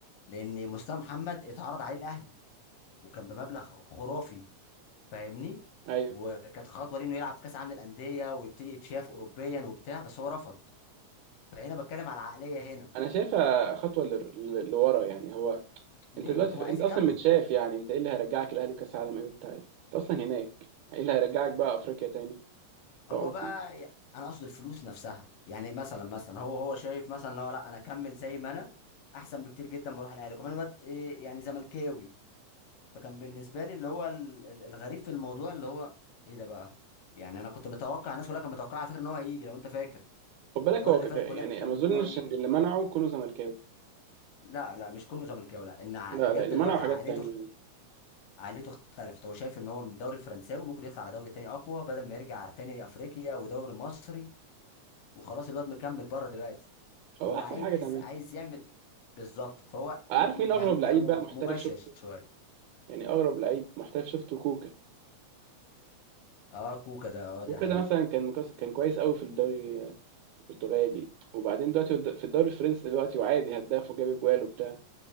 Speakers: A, on the left; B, on the right.
A: لان مصطفى محمد اتعرض عليه الاهلي وكان بمبلغ خرافي فاهمني
B: ايوه
A: وكانت خطوه ليه انه يلعب في كاس عالم للانديه ويبتدي يتشاف اوروبيا وبتاع بس هو رفض فهنا بتكلم على العقليه هنا
B: انا شايفها خطوه لر- ل- لورا يعني هو
A: ليه
B: انت دلوقتي
A: هو
B: في...
A: عايز
B: انت
A: يكمل
B: اصلا متشاف يعني انت ايه اللي هيرجعك الاهلي وكاس عالم ايه وبتاع ايه انت اصلا هناك ايه اللي هيرجعك بقى افريقيا تاني فاهم
A: هو بقى
B: قصدي
A: ي- انا اقصد الفلوس نفسها يعني مثلا مثلا هو هو شايف مثلا إن هو لا انا اكمل زي ما انا احسن بكتير جدا ما اروح الاهلي وكمان الواد إيه يعني زملكاوي فكان بالنسبه لي اللي هو ال- ال- الغريب في الموضوع اللي هو ايه ده بقى يعني انا كنت متوقع الناس كلها كانت متوقعه على فكره ان هو هيجي لو انت فاكر
B: خد بالك
A: الاخبار
B: هو
A: اللي
B: ك...
A: فاتت
B: يعني
A: كلها كانت
B: ما اظنش
A: بتقول ان هو هيجي
B: ان اللي منعه كونه زملكاوي
A: لا لا مش كونه زملكاوي لا ان ع-
B: لا
A: بجد
B: لا اللي
A: الواد
B: منعه حاجات
A: عقليته
B: تانية
A: اخت...
B: يعني.
A: عقليته اختلفت هو شايف ان هو من الدوري الفرنساوي وممكن يطلع على دوري تاني اقوى بدل ما يرجع تاني افريقيا ودوري مصري وخلاص الواد مكمل بره دلوقتي
B: هو
A: فهو
B: احسن
A: عايز
B: حاجه تعملها
A: عايز يعمل بالظبط فهو
B: عارف
A: م-
B: مين
A: م-
B: اغرب
A: يعني كان
B: لعيب بقى محترف
A: مباشر
B: شفته
A: شويه
B: يعني اغرب لعيب محترف شفته كوكا
A: اه كوكا ده اه دي
B: كوكا
A: حقيقه
B: ده مثلا كان مكس- كان كويس قوي في الدوري البرتغالي وبعدين دلوقتي هو د- في الدوري الفرنسي دلوقتي وعادي هداف وجاب اجوال وبتاع